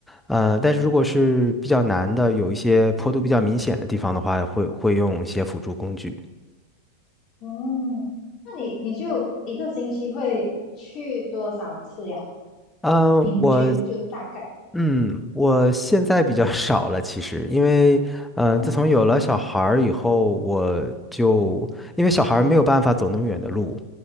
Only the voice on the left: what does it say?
哦，那你你就一个星期会去多少次呀？
平均就大概。
哦，